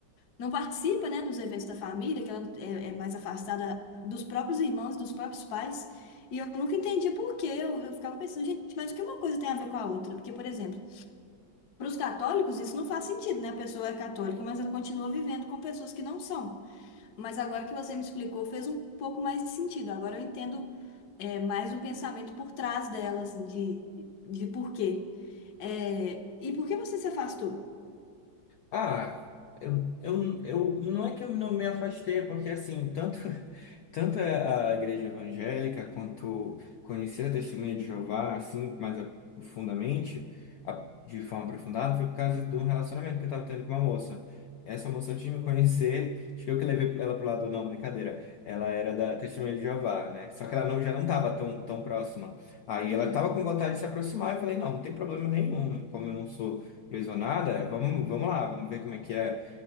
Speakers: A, on the left; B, on the left.
A: não participa, né, dos eventos da família, que ela é, é mais afastada dos próprios irmãos, dos próprios pais. E eu nunca entendi por quê. Eu, eu ficava pensando, gente, mas o que uma coisa tem a ver com a outra? Porque, por exemplo, para os católicos, isso não faz sentido, né? A pessoa é católica, mas ela continua vivendo com pessoas que não são. Mas agora que você me explicou, fez um pouco mais de sentido. Agora eu entendo, é, mais o pensamento por trás dela, assim, de, de porquê. É, e por que você se afastou?
B: Ah, eu, eu, eu não é que eu não me afastei, é porque assim, tanto <laughs> Tanto é a igreja evangélica quanto conhecer a Testemunha de Jeová, assim, mais a- profundamente, a- de forma aprofundada, foi por causa de um relacionamento que eu estava tendo com uma moça. Essa moça antes de me conhecer, acho que eu que levei ela pro lado, não, brincadeira. Ela era da Testemunha de Jeová, né? Só que ela não, já não estava tão, tão próxima. Aí
A: Uhum,
B: ela estava com vontade de se aproximar, eu falei, não, não tem problema nenhum, como eu não sou lesionada, vamos, vamos lá, vamos ver como é que é